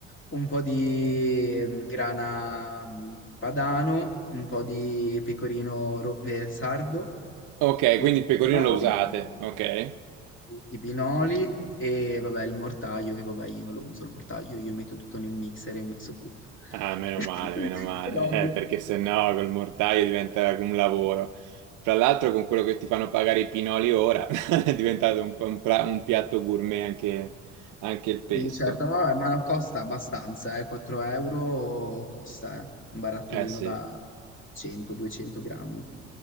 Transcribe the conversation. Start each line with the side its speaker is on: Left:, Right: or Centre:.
Left: un po' di mm, grana mm, padano, un po' di pecorino ro- eh, sardo,
Right: Ok,
Left: i
Right: quindi il pecorino
Left: pinoli,
Right: lo usate, ok?
Left: i pinoli e vabbè il mortaio, che vabbè io non lo uso il mortaio, io metto tutto nel mixer e mixo tutto.
Right: Ah, meno
Left: <laughs>
Right: male, meno male,
Left: E l'olio.
Right: <laughs> eh, perché sennò col mortaio diventa un lavoro. Fra l'altro con quello che ti fanno pagare i pinoli ora <laughs> è diventato un, po' un pla-
Left: Sì,
Right: un piatto gourmet anche, anche il pesto.
Left: sì, certo, ma, vabbè, ma costa abbastanza, eh, 4 euro costa, eh, un barattolino
Right: Eh sì,
Left: da 100-200 grammi.